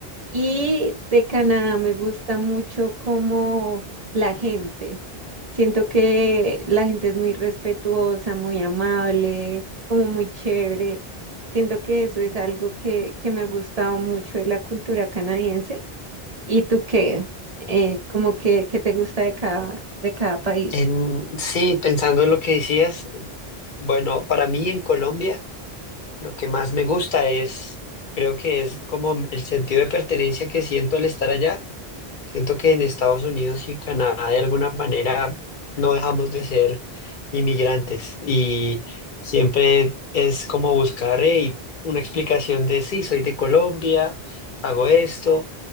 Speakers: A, on the right; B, on the left.
A: Y de Canadá me gusta mucho como la gente. Siento que la gente es muy respetuosa, muy amable, como muy chévere. Siento que eso es algo que, que me ha gustado mucho de la cultura canadiense. ¿Y tú qué? Eh, como que, ¿qué te gusta de cada, de cada país?
B: En, sí, pensando en lo que decías. Bueno, para mí en Colombia lo que más me gusta es, creo que es como el sentido de pertenencia que siento al estar allá. Siento que en Estados Unidos y en Canadá de alguna manera no dejamos de ser inmigrantes y siempre es como buscar hey, una explicación de sí, soy de Colombia, hago esto,